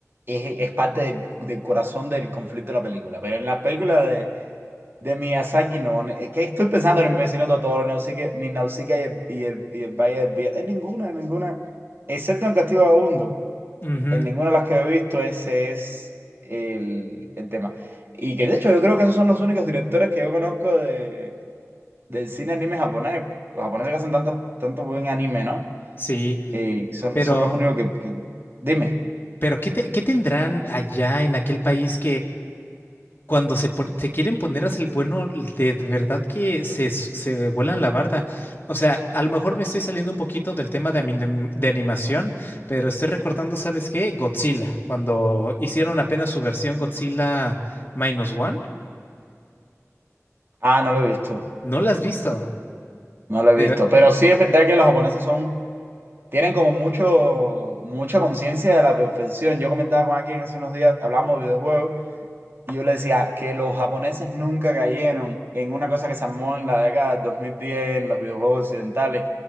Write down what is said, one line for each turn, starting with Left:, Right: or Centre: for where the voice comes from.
Right: es, es parte del, del corazón del conflicto de la película. Pero en las películas de, de Miyazaki, no. Es que estoy pensando en el vecino Totoro, Nausicaa- ni Nausicaa y el, y el, y el Valle del Viento. En ninguna, en ninguna. Excepto en Castillo Vagabundo.
Left: Ujú,
Right: En ninguna de las que he visto ese es el, el tema. Y que de hecho yo creo que esos son los únicos directores que yo conozco de, del cine anime japonés. Los japoneses que hacen tanto, tanto buen anime, ¿no?
Left: sí,
Right: Y son,
Left: pero,
Right: son los únicos que, que- Dime.
Left: pero ¿qué te- qué tendrán allá en aquel país cuando se, pone- se quieren poner a ser el bueno, de verdad que se, s- se vuelan la barda. O sea, a lo mejor me estoy saliendo un poquito del tema de, anim- de animación, pero estoy recordando, ¿sabes qué? Godzilla, cuando hicieron apenas su versión Godzilla Minus One,
Right: Ah, no lo he visto.
Left: ¿no la has visto?
Right: No lo he visto.
Left: De ver-
Right: Pero sí es verdad que los japoneses son... Tienen como mucho, mucha conciencia de la perfección. Yo comentaba con alguien hace unos días, hablamos de videojuegos. Y yo le decía que los japoneses nunca cayeron en una cosa que se armó en la década del 2010 en los videojuegos occidentales,